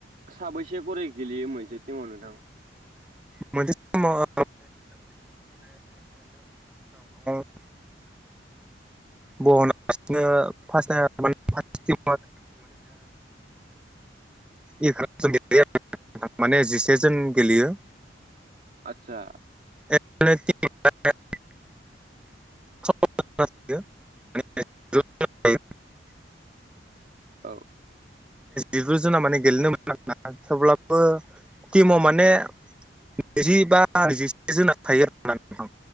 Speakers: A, on the right (about 45°); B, in the centre.
A: साबैसे खरि गेलेयो मोनसे टिमाव नोंथां?
B: मोनसे समाव <unintelligible> बना लासिनो फास माने <unintelligible> ए गेले <unintelligible> माने जिसे जोन गेलेयो
A: आतसा।
B: <unintelligible> <unintelligible>
A: औ।
B: माने <unintelligible> गेलेनो मोनो आरोना थेवब्लाबो टिमाव माने नैजि बा नैजिसे जोनानै थायो आरोना